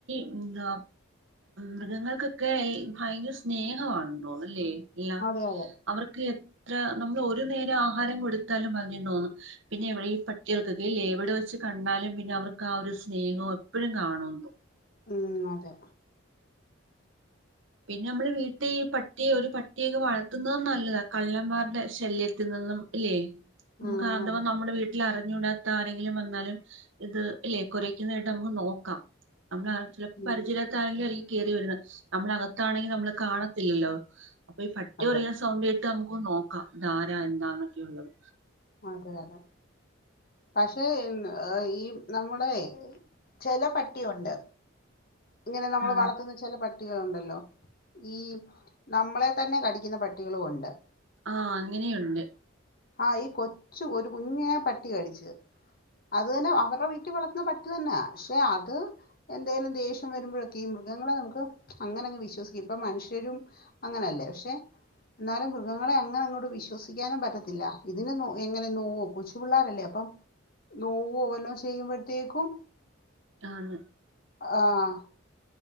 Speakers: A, on the right; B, on the left.
A: ആം എന്താ മൃഗങ്ങൾക്കൊക്കെ ഈ ഭയങ്കര സ്നേഹമാണതോന്നുന്നുല്ലോ അല്ലേ ഇല്ല
B: അതെ അതെ
A: അവർക്ക് എത്ര നമ്മൾ ഒരു നേരം ആഹാരം കൊടുത്താലും മതി തോന്നുന്നു പിന്നെ എവിടെ ഈ പട്ടികൾക്കൊക്കെല്ല എവിടെ വെച്ച് കണ്ടാലും പിന്നെ അവർക്ക് ആ ഒരു സ്നേഹവും എപ്പോഴും കാണുന്നു
B: ഉ അതെ
A: പിന്നെ നമ്മള് വീട്ടിൽ ഈ പട്ടിയ ഒരു പട്ടിയൊക്കെ വളർത്തുന്നത നല്ലതാ കള്ളന്മാരുടെ ശല്യത്തിൽ നിന്നും ഇല്ലേ നമുക്ക്
B: ഉം
A: അഥവാ
B: അതെ
A: നമ്മുടെ വീട്ടിലറി- അ റഞ്ഞൂടാത്ത ആരെങ്കിലും വന്നാലും ഇത് ഇല്ലേ കുരക്കുന്നകേട്ട നമുക്ക് നോക്കാം നമ്മള് നാട്ടില് ചിലപ്പോ
B: ഉം
A: പരിചയാത്ത ആരെങ്കിലും ആയി കേറി വരുന്നത്. നമ്മളകത് ത്താണെങ്കി നമ്മള് കാണത്തില്ലല്ലോ? അപ്പൊ ഈ പട്ടി
B: അതെ
A: കൊരയ്ക്കുന്ന സൗണ്ട്കേട്ട് നമ്മു ക്ക് നോക്കാം ഇതാരാ എന്താന്നൊക്കെയുള്ളത്.
B: അതെ അതെ പക്ഷേ, മ്മ് ഈഹ് ഈ നമ്മളേയ് ചെല പട്ടിയുണ്ട്. ഇങ്ങനെ നമ്മള്
A: ആ
B: വളർത്തുന്ന ചെല പട്ട് പട്ടികളുണ്ടല്ലോ? ഈ നമ്മളെ തന്നെ കടിക്കുന്ന പട്ടികളു ഉണ്ട്.
A: ആഹ് അങ്ങനെയുണ്ട്.
B: ആ ഈ കൊ കൊച്ച് ഒരു കുഞ്ഞിനെ പട്ടി കടിച്ച്. അത് തന്നെ അവരുടെ വീട്ടിൽ വളർത്തുന്ന പട്ടി തന്നാ. പക്ഷെ അത് എന്തേലും ദേഷ്യം വരുമ്പോഴൊക്കെ ഈ മൃഗങ്ങളെ നമുക്ക് അങ്ങനങ്ങ് വിശ്വസിക്കു, ഇപ്പ മനുഷ്യരും അങ്ങനെയല്ലേ? പക്ഷെ എന്നാലും മൃഗങ്ങളെ അങ്ങനെ അങ്ങോട്ട് വിശ്വസിക്കാനും പറ്റത്തില്ല. ഇതിന് നോ എങ്ങനെ നോവോ, കൊച്ചു പിള്ളേരല്ലേ? അപ്പം നോവോ വല്ലോ ചെയ്യുമ്പഴത്തേക്കും
A: ആണ്
B: ആഹ്